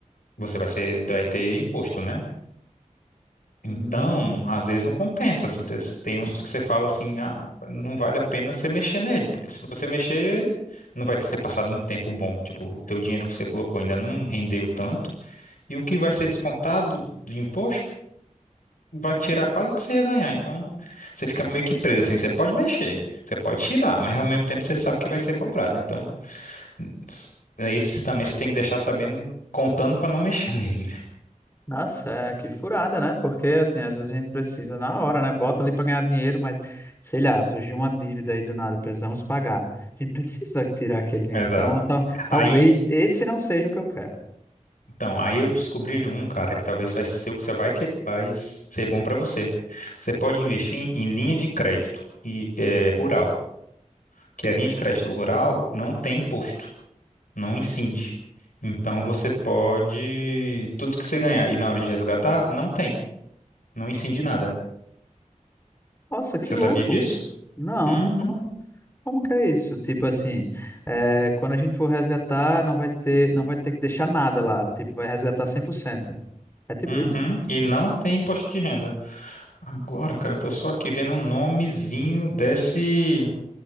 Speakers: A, on the left (about 85°); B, on the left (about 15°).
A: você vai ser, vai ter imposto, né? Então,
B: Hum,
A: às vezes não compensa, assim. Tem tem uns que você fala assim, ah, não vale a pena você mexer nele, porque se você mexer, não vai ter passado um tempo bom. Tipo, o teu dinheiro que você colocou ainda não rendeu tanto, e o que vai ser descontado do imposto vai tirar quase o que você ia ganhar. Então, você fica meio que preso assim. Você pode mexer, você pode tirar, mas ao mesmo tempo você sabe que vai ser cobrado. Então, s- esses também você tem que deixar sabendo, contando para não mexer <laughs> nele, né?
B: nossa, é, que furada, né? Porque, assim, às vezes a gente precisa na hora, né? Bota ali para ganhar dinheiro, mas, sei lá, surgiu uma dívida aí do nada, precisamos pagar. A gente precisa tirar aquele dinheiro.
A: Exato.
B: Então, tal- talvez
A: Aí,
B: esse não seja o que eu quero.
A: então, aí eu descobri um, cara, que talvez vai ser o que você vai que vai ser bom para você. Você pode investir em linha de crédito e eh, rural, que a linha de crédito rural não tem imposto. não incide. Então você pode. Tudo que você ganhar e na hora de resgatar, não tem. Não incide nada.
B: Nossa, que
A: Você
B: louco!
A: sabia disso?
B: Não,
A: Uhum.
B: como, como que é isso? Tipo assim, é, quando a gente for resgatar, não vai ter, não vai ter que deixar nada lá. Tipo, vai resgatar 100%. É tipo
A: Uhum.
B: isso?
A: E não tem imposto de renda. Agora, cara, eu tô só aqui vendo o nomezinho desse.